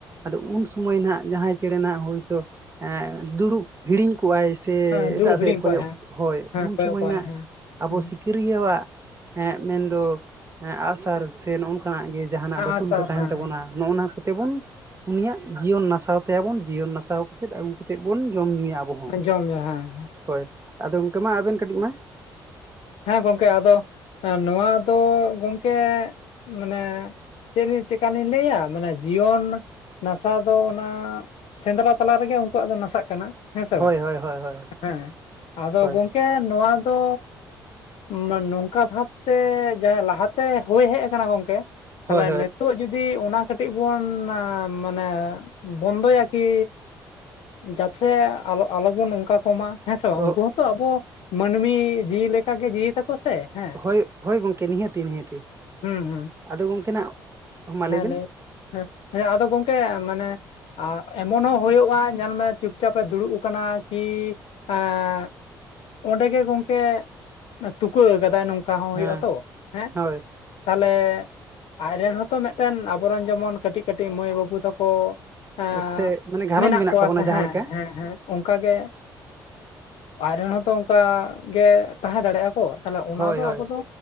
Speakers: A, on the right; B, on the left.
A: ᱟᱫᱚ ᱩᱱ ᱥᱩᱢᱟᱹᱭ ᱱᱟᱦᱜ ᱡᱟᱦᱟᱸᱭ ᱪᱮᱸᱬᱮ ᱱᱟᱦᱜ ᱦᱳᱭᱛᱚ ᱫᱩᱲᱩᱵ ᱦᱤᱲᱤᱧ ᱠᱚ ᱠᱚᱜᱼᱟᱭ ᱥᱮ
B: ᱦᱮᱸ
A: ᱮᱴᱟᱜ
B: ᱫᱷᱩᱲ
A: ᱥᱮᱫ
B: ᱦᱤᱲᱤᱧ
A: ᱮ ᱠᱚᱭᱚᱜ
B: ᱠᱚᱣᱟᱭ ᱦᱮᱸ
A: ᱦᱚᱭ
B: ᱦᱮᱸ
A: ᱩᱱ
B: ᱠᱚᱭᱚᱜ
A: ᱥᱚᱢᱚᱭ
B: ᱠᱚᱣᱟᱭ
A: ᱱᱟᱦᱜ
B: ᱦᱮᱸ
A: ᱟᱵᱚ
B: ᱦᱮᱸ
A: ᱥᱤᱠᱟᱹᱨᱤᱭᱟᱹᱣᱟᱜ ᱢᱮᱱᱫᱚ ᱟᱸᱜᱥᱟᱨ ᱥᱮ ᱱᱚᱜᱼᱚ ᱱᱚᱝᱠᱟᱱᱼᱟᱜ ᱜᱮ ᱡᱟᱸᱦᱟᱱᱟᱜ
B: ᱟᱸᱜᱼᱥᱟᱨ
A: ᱵᱟᱴᱩᱞ ᱠᱚ ᱛᱟᱦᱮᱱ
B: ᱦᱮᱸ
A: ᱛᱟᱵᱚᱱᱟ
B: ᱦᱮᱸ
A: ᱱᱚᱜᱼᱱᱟ ᱠᱚᱛᱮ ᱵᱚᱱ ᱩᱱᱤᱭᱟᱜ ᱡᱤᱭᱚᱱ ᱱᱟᱥᱟᱣ ᱛᱟᱭᱟ ᱵᱚᱱ ᱡᱤᱭᱚᱱ ᱱᱟᱥᱟᱣ ᱠᱟᱛᱮᱫ ᱟᱹᱜᱩ ᱠᱟᱛᱮᱫ ᱵᱚᱱ ᱡᱚᱢ ᱧᱩᱭᱟ ᱟᱵᱚ ᱦᱚᱸ
B: ᱟᱧᱡᱚᱢ ᱢᱮ ᱦᱮᱸ
A: ᱦᱳᱭ ᱟᱫᱚ ᱜᱚᱢᱠᱮ ᱢᱟ ᱟᱵᱤᱱ ᱠᱟᱹᱴᱤᱡ ᱢᱟ
B: ᱦᱮᱸ ᱜᱚᱝᱠᱮ ᱟᱫᱚ ᱱᱚᱣᱟ ᱫᱚ ᱜᱚᱝᱠᱮ ᱢᱟᱱᱮ ᱪᱮᱫ ᱞᱤᱧ ᱪᱮᱫᱠᱟᱱ ᱞᱤᱧ ᱞᱟᱹᱭ ᱟ ᱢᱟᱱᱮ ᱡᱤᱭᱚᱱ ᱱᱟᱥᱟᱶ ᱫᱚ ᱚᱱᱟ ᱥᱮᱸᱫᱽᱨᱟ ᱛᱟᱞᱟ ᱨᱮᱜᱮ ᱩᱱᱠᱩᱣᱟᱜ ᱫᱚ ᱱᱟᱥᱟᱜ ᱠᱟᱱᱟ ᱦᱮᱸ ᱥᱮ
A: ᱦᱳᱭ
B: ᱵᱟᱝ
A: ᱦᱳᱭ ᱦᱳᱭ ᱦᱳᱭ
B: ᱦᱮᱸ ᱟᱫᱚ
A: ᱦᱳᱭ
B: ᱜᱚᱝᱠᱮ ᱱᱚᱣᱟ ᱫᱚ ᱢᱟᱹᱱ ᱱᱚᱝᱠᱟ ᱵᱷᱟᱵᱛᱮ ᱡᱟᱦᱟᱸ ᱞᱟᱦᱟ ᱛᱮ ᱦᱳᱭ ᱦᱮᱡ ᱟᱠᱟᱱᱟ ᱜᱚᱢᱠᱮ ᱛᱟᱞᱦᱮ
A: ᱦᱳᱭ
B: ᱱᱮᱛ ᱱᱤᱛᱚᱜ ᱡᱩᱫᱤ ᱚᱱᱟ ᱠᱟᱹᱴᱤᱡ ᱵᱚᱱ ᱢᱟᱱᱮ ᱵᱚᱱᱫᱚᱭᱟ ᱠᱤ ᱡᱟᱛᱷᱮ ᱟᱞᱚ ᱵᱚᱱ ᱱᱚᱝᱠᱟ ᱠᱚᱢᱟ ᱦᱮᱸ ᱥᱮ ᱵᱟᱝ
A: ᱦᱳᱭ
B: ᱩᱱᱠᱩ ᱦᱚᱸᱛᱚ ᱟᱵᱚ ᱢᱟᱹᱱᱢᱤ ᱡᱤᱣᱤ ᱞᱮᱠᱟ ᱜᱮ ᱡᱤᱣᱤ ᱛᱟᱠᱚ ᱥᱮ ᱦᱮᱸ
A: ᱦᱳᱭ ᱦᱳᱭ ᱜᱚᱝᱠᱮ ᱱᱤᱦᱟᱹᱛᱤ ᱱᱤᱦᱟᱹᱛᱤ
B: ᱦᱩᱸ ᱦᱩᱸ
A: ᱟᱫᱚ ᱜᱚᱝᱠᱮ ᱱᱟᱜ ᱢᱟ
B: ᱦᱮᱸ
A: ᱞᱟᱹᱭᱵᱮᱱ
B: ᱞᱟᱹᱭ ᱦᱮᱸ ᱦᱮᱸ ᱟᱫᱚ ᱜᱚᱝᱠᱮ ᱢᱟᱱᱮ ᱟᱨ ᱮᱢᱚᱱ ᱦᱚᱸ ᱦᱩᱭᱩᱜᱼᱟ ᱧᱮᱞ ᱢᱮ ᱪᱩᱯᱪᱟᱯ ᱮ ᱫᱩᱲᱩᱵ ᱠᱟᱱᱟ ᱠᱤ ᱦᱮᱸ ᱚᱸᱰᱮ ᱜᱮ ᱜᱚᱝᱠᱮ ᱛᱩᱠᱟᱹ ᱠᱟᱫᱟᱭ ᱱᱚᱝᱠᱟ ᱦᱚᱸ ᱦᱩᱭᱩᱜ
A: ᱦᱮᱸ
B: ᱟ, ᱛᱚ ᱦᱮᱸ᱾
A: ᱦᱳᱭ
B: ᱛᱟᱦᱚᱞᱮ ᱟᱡᱨᱮᱱ ᱦᱚᱸᱛᱚ ᱢᱤᱫᱴᱮᱝ ᱟᱵᱚᱨᱮᱱ ᱡᱮᱢᱚᱱ ᱠᱟᱹᱴᱤᱡ ᱠᱟᱹᱴᱤᱡ ᱢᱟᱹᱭ ᱵᱟᱹᱵᱩ ᱛᱟᱠᱚ ᱮ
A: ᱥᱮ ᱢᱟᱱᱮ ᱜᱷᱟᱨᱚᱸᱡᱽ
B: ᱢᱮᱱᱟᱜ ᱠᱚᱣᱟ
A: ᱛᱟᱵᱚᱱᱟ
B: ᱥᱮ
A: ᱡᱟᱦᱟᱸ
B: ᱦᱮᱸ
A: ᱞᱮᱠᱟ
B: ᱦᱮᱸ ᱦᱮᱸ ᱚᱱᱠᱟ ᱜᱮ ᱟᱡ ᱨᱮᱱ ᱦᱚᱸᱛᱚ ᱚᱱᱠᱟ ᱜᱮ ᱛᱟᱦᱮᱸ ᱫᱟᱲᱮᱭᱟᱜᱼᱟ ᱠᱚ ᱛᱟᱦᱞᱮ ᱚᱱᱟ
A: ᱦᱳᱭ
B: ᱫᱚ
A: ᱦᱳᱭ
B: ᱟᱵᱚ ᱫᱚ